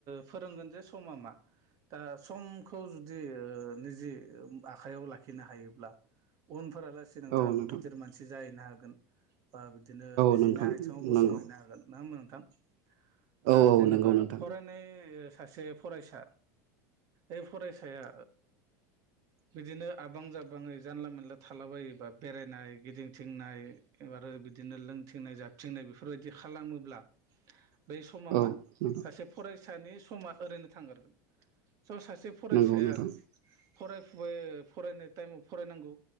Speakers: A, on the right; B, on the right.
A: फोरोंगोन जे समा मा? दा समखौ जुदि ओ निजे आखाइयाव लाखिनो हायोब्ला उनफोरा लासे नोंथाङाबो
B: औ
A: गिदिर मानसि जाहैनो हागोन बा बिदिनो निजेनि
B: नोंथां
A: आथिङाव गसंहैनो
B: नंगौ
A: हागोन नङा होमबा नोंथां
B: औ
A: दा जेनेबा
B: नंगौ नोंथां
A: फरायनाय सासे फरायसा ओ फरायसाया बिदिनो आबां जाबाङै जानला मोनानला थालाबायोबा बेरायनाय गिदिंथिंनाय एबार बिदिनो लोंथिंनाय जाथिंनाय बेफोरबायदि खालामोब्ला
B: <inaudible>
A: बै समा
B: औ
A: मा
B: नोंथां
A: सासे फरायसानि समा ओरैनो थांगारगोन ज' सासे फरायसाया
B: नंगौ नोंथां
A: फरायफुबाय फरायनाय टाइमाव फरायनांगौ